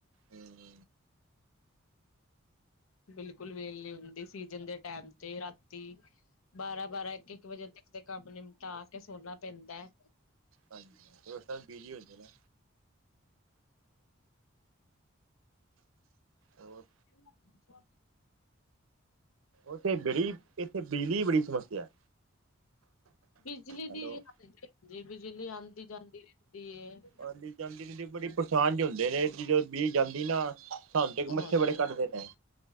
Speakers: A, on the right (about 80°); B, on the left (about 80°).
A: ਹਮ
B: ਬਿਲਕੁਲ ਵੇਲ ਨੀ ਹੁੰਦੀ ਸੀਜਨ ਦੇ ਟੈਮ ਤੇ ਰਾਤੀ ਬਾਰਾਂ-ਬਾਰਾਂ ਇੱਕ-ਇੱਕ ਵਜੇ ਤੱਕ ਦੇ ਕੰਮ ਨਿਪਟਾ ਕੇ ਸੋਨਾ ਪੈਂਦਾ ਐ
A: ਹਾਂਜੀ ਉਸ ਟੈਮ ਬਿਜੀ ਹੁੰਦੇ ਨਾ ਹੋਰ
B: <unintelligible>
A: ਉੱਥੇ ਬਿਜਲੀ ਇੱਥੇ ਬਿਜਲੀ ਦੀ ਬੜੀ ਸਮੱਸਿਆ ਐ
B: ਬਿਜਲੀ
A: ਹੈਲੋ
B: ਦੀ <unintelligible> ਬਿਜਲੀ ਆਉਂਦੀ ਜਾਂਦੀ ਰੈਹੰਦੀ ਏ
A: ਹਾਂਜੀ, ਜਾਂਦੀ ਨੀ ਤੇ ਬੜੀ ਪਰੇਸ਼ਾਨ ਜੇ ਹੁੰਦੇ ਨੇ ਜਦੋਂ ਬਿ ਜਾਂਦੀ ਨਾ ਸਾਨੂੰ ਤੇ ਏਕ ਮਛਰ
B: ਹਾਂਜੀ।
A: ਬੜੇ ਕੱਟਦੇ ਨੇ